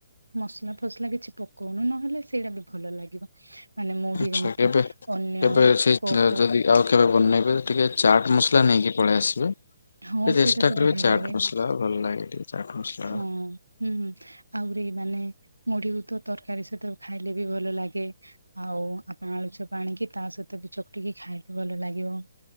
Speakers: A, on the right (about 85°); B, on the left (about 60°).
A: ମସଲା ଫସଲା କିଛି ପକଉନୁ, ନହେଲେ ସେଇଟା ବି ଭଲ ଲାଗିବ। ମାନେ ମୁଢି
B: ଆଚ୍ଛା
A: ଯେମିତି
B: କେବେ
A: ଅନ୍ୟ-
B: କେବେ ସେ
A: କୋଉ କୋଉ
B: ଯଦି ଆଉ କେବେ ବନେଇବେ ଟିକେ ଚାଟ ମସଲା ନେଇକି ପଳେଇ ଆସିବେ।
A: ହଁ
B: ଚେଷ୍ଟା
A: ସେଇଟା ତ
B: କରିବେ
A: ବଢିଆ
B: ଚାଟ୍
A: ଲାଗେ
B: ମସଲା, ଭଲ ଲାଗେ ଟିକେ ଚାଟ୍ ମସଲାଟା।
A: ହଁ ହୁଁ, ହୁଁ ଆହୁରି ମାନେ ମୁଢିକୁ ତ ତରକାରୀ ସହିତ ଖାଇଲେ ବି ଭଲ ଲାଗେ। ଆଉ, ଆପଣ ଆଳୁଚପ୍ ଆଣିକି ତା ସହିତ ବି, ଚକଟିକି ଖାଇଲେ ଭଲ ଲାଗିବ।